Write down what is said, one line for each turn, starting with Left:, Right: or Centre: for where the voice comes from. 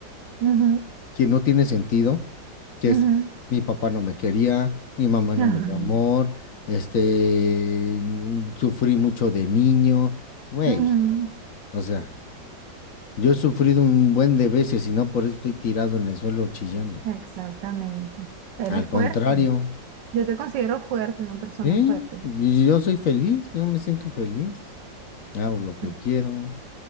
Right: ujú,
Left: que no tiene sentido, que
Right: ujú,
Left: es mi papá no me quería, mi mamá no
Right: ajá,
Left: me dio amor, este, mm, sufrí mucho de niño, güey,
Right: ujú,
Left: o sea, yo he sufrido un buen de veces y no por eso estoy tirado en el suelo chillando.
Right: Exactamente. Eres
Left: Al contrario,
Right: fuerte. Yo te considero fuerte, una persona
Left: ¿eh?
Right: fuerte.
Left: Y Yo soy feliz, yo me siento feliz, hago lo que
Right: Ujú.
Left: quiero,